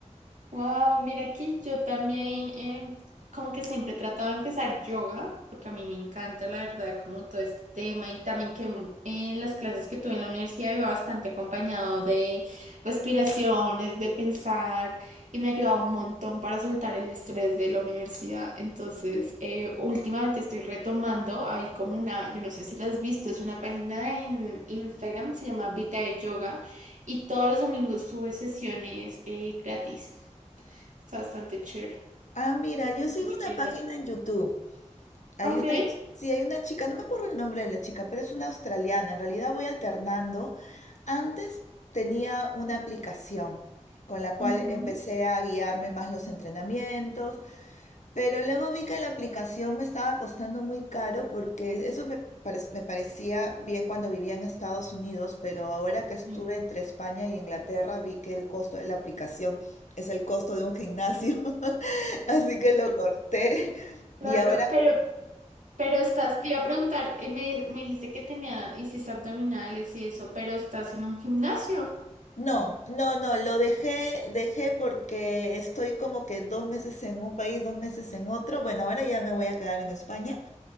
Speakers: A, on the right; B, on the left.
A: Wow, mira que yo también em, como que siempre he tratado de empezar yoga, porque a mí me encanta la verdad como todo este tema y también que mm, en las clases que tuve en la universidad iba bastante acompañado de respiraciones, de pensar y me ha ayudado un montón para soltar el estrés de la universidad. Entonces, eh, últimamente estoy retomando, hay como una, yo no sé si la has visto, es una página en Instagram, se llama Vita de Yoga y todos los domingos sube sesiones eh, gratis. Está bastante chévere.
B: Ah, mira, yo sigo
A: si lo
B: una
A: quieres
B: página
A: ver.
B: en YouTube. Hay
A: Ok.
B: una, sí, hay una chica, no me acuerdo el nombre de la chica, pero es una australiana. En realidad voy alternando. Antes tenía una aplicación con la cual
A: Ujú.
B: empecé a guiarme más los entrenamientos, pero luego vi que la aplicación me estaba costando muy caro porque eso me, parec- me parecía bien cuando vivía en Estados Unidos, pero ahora que estuve
A: Sí.
B: entre España y Inglaterra vi que el costo de la aplicación es el costo de un gimnasio, <laughs> así que lo corté
A: Claro,
B: y ahora...
A: pero, pero estás, te iba a preguntar, eh, me, me dijiste que tenía, hiciste abdominales y eso, pero estás en un gimnasio.
B: No, no, no, lo dejé, dejé porque estoy como que dos meses en un país, dos meses en otro. Bueno, ahora ya me voy a quedar en España,